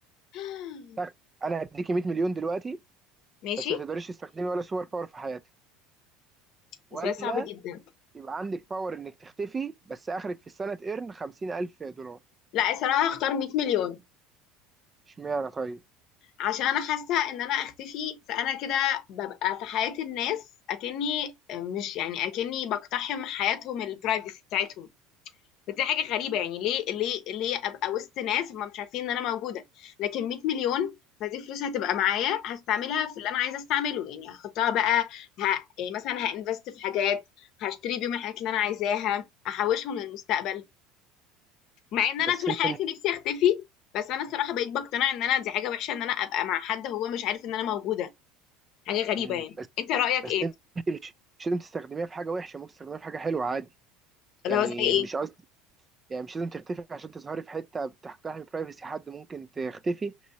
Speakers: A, on the left; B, on the right.
A: <gasps>
B: تك. انا هديكي 100 مليون دلوقتي
A: <sighs> ماشي
B: بس ما تقدريش تستخدمي ولا سوبر باور في حياتك ولا
A: بس سؤال صعب جدا
B: يبقى عندك باور انك تختفي بس اخرك في السنه تقرن 50000 دولار
A: لا صراحة هختار 100 مليون
B: اشمعنى طيب
A: عشان أنا حاسة إن أنا أختفي فأنا كده ببقى في حياة الناس أكني مش يعني أكني بقتحم حياتهم البرايفسي بتاعتهم فدي حاجه غريبه يعني ليه ليه ليه ابقى وسط ناس هم مش عارفين ان انا موجوده لكن 100 مليون فدي فلوس هتبقى معايا هستعملها في اللي انا عايزه استعمله يعني هحطها بقى ه... يعني مثلا هانفست في حاجات هشتري بيهم الحاجات اللي انا عايزاها احوشهم للمستقبل مع ان
B: بس
A: انا طول
B: انت
A: حياتي نفسي اختفي بس انا الصراحه بقيت بقتنع ان انا دي حاجه وحشه ان انا ابقى مع حد هو مش عارف ان انا موجوده حاجه غريبه
B: مم،
A: يعني
B: بس
A: انت رايك
B: بس
A: ايه
B: انت مش مش لازم تستخدميها في حاجه وحشه ممكن تستخدميها في حاجه حلوه عادي
A: اللي
B: يعني
A: هو زي ايه
B: مش قصدي يعني مش لازم تختفي عشان تظهري في حته بتحترمي برايفسي حد ممكن تختفي